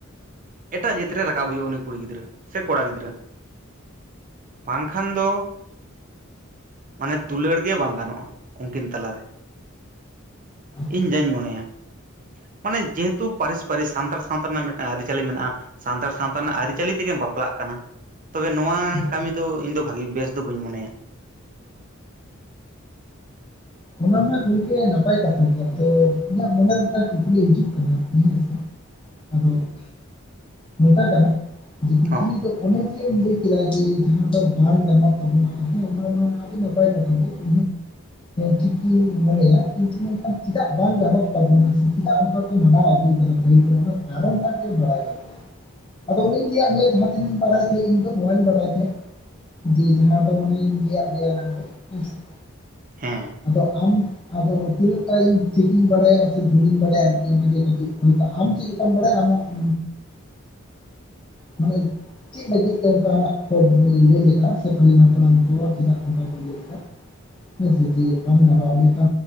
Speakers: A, on the right (about 40°); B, on the left (about 25°).
A: ᱮᱴᱟᱜ ᱡᱟᱹᱛ ᱨᱮ ᱨᱟᱠᱟᱵ ᱦᱩᱭᱩᱜᱼᱟ, ᱩᱱᱤ ᱠᱩᱲᱤ ᱜᱤᱫᱽᱨᱟᱹ ᱥᱮ ᱠᱚᱲᱟ ᱜᱤᱫᱽᱨᱟᱹ ᱾ ᱵᱟᱝ ᱠᱷᱟᱱ ᱫᱚ ᱢᱟᱱᱮ ᱫᱩᱞᱟᱹᱲ ᱜᱮ ᱵᱟᱝ ᱜᱟᱱᱚᱜᱼᱟ, ᱩᱱᱠᱤᱱ ᱛᱟᱞᱟᱨᱮ ᱾
B: ᱟᱪᱪᱷᱟ
A: ᱤᱧ ᱡᱟᱹᱧ ᱢᱚᱱᱮᱭᱟ᱾ ᱢᱟᱱᱮ ᱡᱮᱦᱮᱛᱩ ᱯᱟᱹᱨᱤᱥ, ᱯᱟᱹᱨᱤᱥ ᱥᱟᱱᱛᱟᱲ ᱥᱟᱶᱛᱟ ᱨᱮᱱᱟᱜ ᱢᱤᱫᱴᱟᱝ ᱟᱹᱨᱤ ᱟᱹᱨᱤᱪᱟᱹᱞᱤ ᱢᱮᱱᱟᱜᱼᱟ, ᱥᱟᱱᱛᱟᱲ ᱥᱟᱶᱛᱟ ᱨᱮᱱᱟᱜ ᱟᱹᱨᱤᱪᱟᱹᱞᱤ ᱛᱮᱜᱮᱢ ᱵᱟᱯᱞᱟᱜ ᱠᱟᱱᱟ ᱾ ᱛᱚᱵᱮ ᱱᱚᱣᱟ
B: ᱟᱪᱪᱷᱟ
A: ᱠᱟᱹᱢᱤ ᱫᱚ ᱤᱧ ᱫᱚ ᱵᱷᱟᱹᱜᱤ ᱵᱮᱥ ᱫᱚ ᱵᱟᱹᱧ ᱢᱚᱱᱮᱭᱟ ᱾
B: ᱚᱱᱟ ᱢᱟ ᱜᱚᱝᱠᱮ ᱱᱟᱯᱟᱭ ᱠᱟᱛᱷᱟ ᱜᱮᱭᱟ, ᱛᱚ ᱤᱧᱟᱹᱜ ᱢᱚᱱᱮ ᱨᱮ ᱢᱤᱫᱴᱟᱝ ᱠᱩᱠᱞᱤ ᱦᱤᱡᱩᱜ ᱠᱟᱱᱟ ᱟᱨᱠᱤ ᱦᱮᱸ ᱥᱮ ᱾ ᱟᱫᱚ ᱱᱚᱝᱠᱟ ᱠᱟᱱᱟ ᱡᱮ ᱠᱩᱠᱞᱤ
A: ᱦᱚᱸ
B: ᱫᱚ ᱚᱱᱮ ᱡᱮᱢ ᱞᱟᱹᱭ ᱠᱮᱫᱟ ᱡᱮ ᱡᱟᱦᱟᱸ ᱫᱚ ᱵᱟᱝ ᱜᱟᱱᱚᱜ ᱛᱟᱵᱚᱱᱟ ᱦᱮᱸ ᱚᱱᱟ ᱢᱟ ᱟᱹᱰᱤ ᱱᱟᱯᱟᱭ ᱠᱟᱛᱷᱟ ᱜᱮ ᱾ ᱴᱷᱤᱠ ᱜᱤᱧ ᱢᱚᱱᱮᱭᱟ, ᱠᱤᱱᱛᱩ ᱢᱮᱱᱠᱷᱟᱱ ᱪᱮᱫᱟᱜ ᱵᱟᱝ ᱜᱟᱱᱚᱜ ᱛᱟᱵᱚᱱᱟ ᱥᱮ ᱪᱮᱫᱟᱜ ᱚᱱᱠᱟ <inaudible> ᱠᱟᱨᱚᱱ ᱴᱟᱜ ᱪᱮᱫ ᱵᱟᱲᱟᱭ
A: <inaudible>
B: ᱾ ᱟᱫᱚ ᱚᱱᱤᱧ ᱞᱮᱭᱟᱜ ᱢᱮᱭᱟ, ᱡᱟᱦᱟᱸ ᱛᱤᱱᱟᱹᱧ ᱵᱟᱲᱟᱭ ᱛᱟᱦᱮᱸᱜ ᱤᱧ ᱫᱚ ᱱᱚᱣᱟᱧ ᱵᱟᱲᱟᱭ ᱛᱟᱦᱮᱸᱜ ᱾ ᱡᱮ ᱡᱟᱦᱟᱸ ᱫᱚ ᱚᱱᱮᱧ ᱞᱟᱹᱭᱟᱫ ᱞᱮᱭᱟ ᱮᱱᱟᱝ ᱫᱚ ᱦᱮᱸ ᱥᱮ ᱾
A: ᱦᱮᱸ ᱾
B: ᱟᱫᱚ ᱟᱢ ᱟᱫᱚ ᱛᱤᱱᱟᱹᱜ ᱴᱟᱜ ᱤᱧ ᱴᱷᱤᱠᱤᱧ ᱵᱟᱲᱟᱭᱟ ᱥᱮ ᱵᱷᱩᱞᱤᱧ ᱵᱟᱲᱟᱭᱟ ᱟᱨᱠᱤ ᱚᱱᱟ ᱜᱮ ᱠᱟᱹᱴᱤᱡ ᱟᱢ ᱪᱤᱠᱟᱢ ᱵᱟᱲᱟᱭᱟ ᱟᱢᱟᱜ <inaudible>
A: <inaudible>
B: ᱢᱟᱱᱮ ᱪᱮᱫ ᱞᱟᱹᱜᱤᱫ ᱛᱮ ᱚᱱᱠᱟᱱᱟᱜ ᱠᱚ ᱞᱟᱹᱭ ᱞᱮᱫᱟ, ᱥᱮ ᱯᱟᱹᱦᱤᱞ ᱦᱟᱯᱲᱟᱢ ᱠᱚ ᱪᱮᱫᱟᱜ ᱚᱱᱠᱟ ᱠᱚ ᱞᱟᱹᱭ ᱞᱮᱫᱟ ᱾ ᱦᱮᱸ ᱥᱮ ᱡᱮ ᱵᱟᱝ ᱜᱟᱱᱚᱜᱼᱟ,